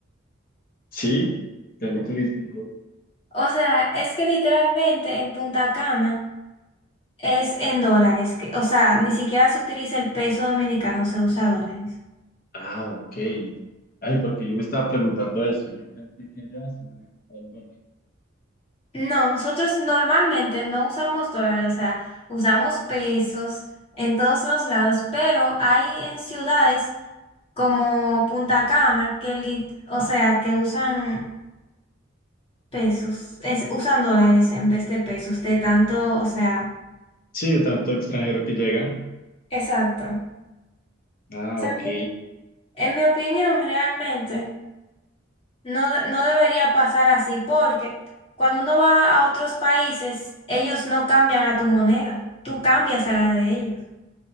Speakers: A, on the left (about 45°); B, on the left (about 30°).
A: Sí, turístico.
B: O sea, es que literalmente en Punta Cana es en dólares, que, o sea, ni siquiera se utiliza el peso dominicano, se usa dólares.
A: Ah, ok. Ay, porque yo me estaba preguntando eso. Yo pensé que allá se manejaba el dólar.
B: No, nosotros normalmente no usamos dólares, o sea, usamos pesos en todos los lados, pero hay en ciudades como Punta Cana, que li- o sea, que usan pesos, es, usan dólares en vez de pesos, de tanto, o sea,
A: Sí, de tanto extranjero que llega.
B: exacto. O
A: Ah,
B: sea,
A: ok.
B: mi- en mi opinión, realmente, no, de- no debería pasar así, porque cuando uno va a otros países, ellos no cambian a tu moneda, tú cambias a la de ellos.